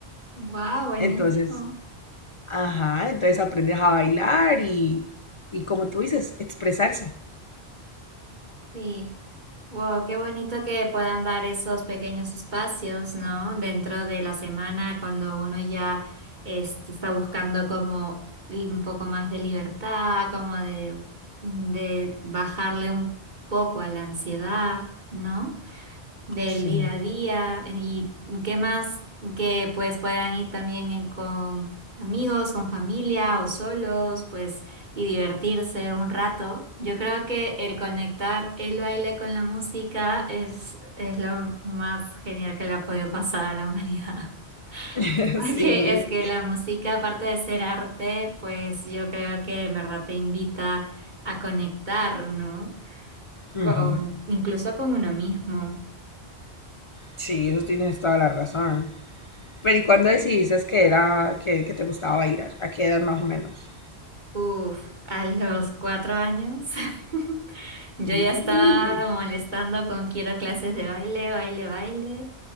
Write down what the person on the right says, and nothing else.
wow, buenísimo.
Sí. Wow, qué bonito que puedan dar esos pequeños espacios, ¿no? Dentro de la semana, cuando uno ya este, está buscando como un poco más de libertad, como de, de bajarle un poco a la ansiedad, ¿no? del
día a día y qué más que pues puedan ir también en- con amigos, con familia o solos, pues y divertirse un rato. Yo creo que el conectar el baile con la música es, es lo más genial que le ha podido pasar a la humanidad.
<laughs> Porque
es que la música, aparte de ser arte, pues yo creo que en verdad te invita a conectar, ¿no?
Con, incluso con uno mismo.
Uf, a los cuatro años <laughs> yo
ya estaba molestando con quiero clases de baile, baile, baile.